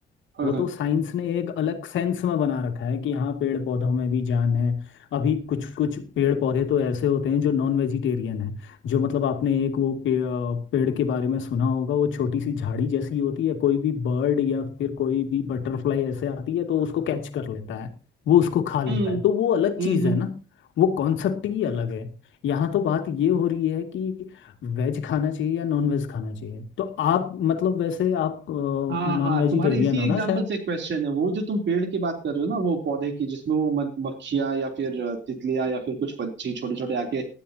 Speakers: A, on the right; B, on the left.
A: हाँ
B: वो
A: हाँ
B: तो साइंस ने एक अलग सेंस में बना रखा है कि हाँ पेड़ पौधों में भी जान है अभी कुछ कुछ पेड़ पौधे तो ऐसे होते हैं जो नॉन वेजिटेरियन है जो मतलब आपने एक वो पे, अ, पेड़ के बारे में सुना होगा वो छोटी सी झाड़ी जैसी होती है कोई भी बर्ड या फिर कोई भी बटरफ्लाई ऐसे आती है तो उसको कैच कर लेता है वो उसको खा लेता
A: हम्म
B: है तो वो अलग
A: हम्म
B: चीज़
A: हम्म
B: है ना वो कॉन्सेप्ट ही अलग है यहाँ तो बात ये हो रही है कि वेज खाना चाहिए या नॉन वेज खाना चाहिए तो आप मतलब वैसे आप
A: हाँ
B: नॉन
A: हाँ
B: वेजिटेरियन
A: तुम्हारे इसी
B: हो
A: एग्जाम्पल
B: ना शायद
A: से क्वेश्चन है वो जो तुम पेड़ की बात कर रहे हो ना वो पौधे की जिसमें वो मध- मक्खियाँ या फिर अ, तितलियाँ या फिर कुछ पंछी छोटे छोटे आके